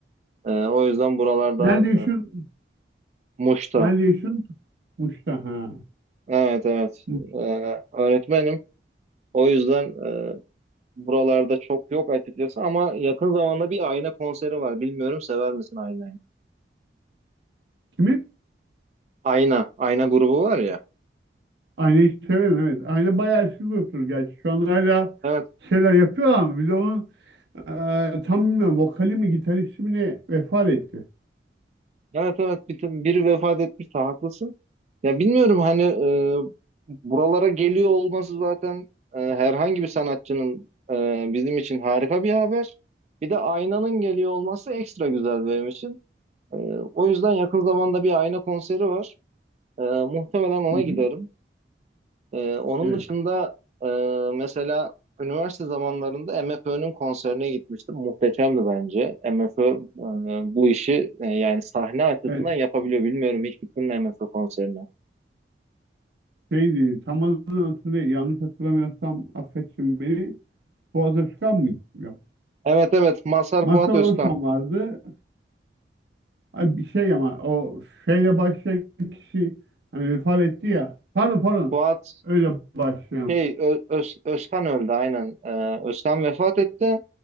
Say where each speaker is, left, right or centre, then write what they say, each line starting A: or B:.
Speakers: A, on the right; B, on the right.
A: Ee, o yüzden buralarda
B: Nerede yaşıyorsun?
A: e, Muş'ta.
B: Nerede yaşıyorsun? Muş'ta ha.
A: Evet evet.
B: Muş.
A: Ee, öğretmenim. O yüzden e, buralarda çok yok açıkçası ama yakın zamanda bir Ayna konseri var. Bilmiyorum sever misin Ayna'yı?
B: Kimin?
A: Ayna. Ayna grubu var ya.
B: Aynayı severim evet. Ayna bayağı eski gruptur gerçi. Şu anda hala
A: Evet.
B: bir şeyler yapıyorlar ama bir de onun e, tam bilmiyorum vokali mi gitaristi mi ne vefat etti.
A: Evet evet. Bir, biri vefat etmişti. Haklısın. Ya bilmiyorum hani e, buralara geliyor olması zaten e, herhangi bir sanatçının e, bizim için harika bir haber. Bir de Ayna'nın geliyor olması ekstra güzel benim için. Ee, o yüzden yakın zamanda bir ayna konseri var. Ee, muhtemelen ona
B: Hı hı.
A: giderim. Ee, onun
B: Evet.
A: dışında e, mesela üniversite zamanlarında MFÖ'nün konserine gitmiştim. Muhteşemdi bence. MFÖ e, bu işi e, yani sahne açısından
B: Evet
A: yapabiliyor. Bilmiyorum hiç gittin mi MFÖ konserine?
B: şeydi tam adını hatırlayayım. Yanlış hatırlamıyorsam affetsin beni. Fuat Özkan mıydı? Yok.
A: Evet evet. Mazhar
B: Mazhar
A: Fuat Özkan.
B: son vardı. Ay, bir şey ama o şeyle başlayan kişi hani vefat etti ya. Pardon pardon.
A: Fuat
B: Öyle başlayan.
A: şey Ö- Öz- Özkan öldü aynen. Ee, Özkan vefat etti.